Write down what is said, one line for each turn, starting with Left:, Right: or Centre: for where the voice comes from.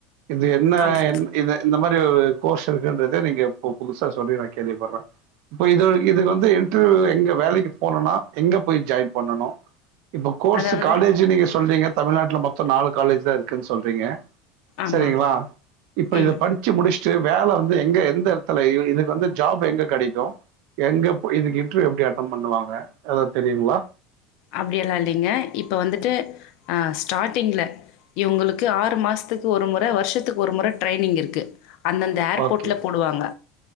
Right: இது என்ன
Left: ஆமா
Right: என் இது இந்த மாதிரி கோர்ஸ் இருக்குன்றதே நீங்க புதுசா சொல்லி நான் கேள்விப்படுறேன் இப்ப இது இதுக்கு வந்து இன்டர்வியூ எங்க வேலைக்கு போகனும்னா எங்க போய் ஜாயின் பண்ணனும் இப்போ கோர்ஸ்
Left: அதாவது
Right: காலேஜ்ஜுனு நீங்க சொல்றீங்க தமிழ்நாட்டுல மொத்தம் நாலு காலேஜ் தான் இருக்குன்னு சொல்றீங்க
Left: ஆமா
Right: சரிங்களா இப்ப
Left: ம்
Right: இதை படிச்சு முடிச்சு ட்டு வேலை வந்து எங்க எந்த இடத்துல இதுக்கு வந்து ஜாப் எங்க கிடைக்கும் எங்க இதுக்கு இன்டர்வியூ எப்படி அட்டன் பண்ணுவாங்க ஏதாவது தெரியுங்களா
Left: அப்டி எல்லாம் இல்லைங்க இப்ப வந்துட்டு ஆஹ் ஸ்டார்டிங்கில இவுங்களுக்கு ஆறு மாசத்துக்கு ஒரு முறை வருஷத்துக்கு ஒரு முறை ட்ரைனிங் இருக்கு அந்தந்த ஏர்போர்ட்டில்
Right: ஓகே,
Left: போடுவாங்க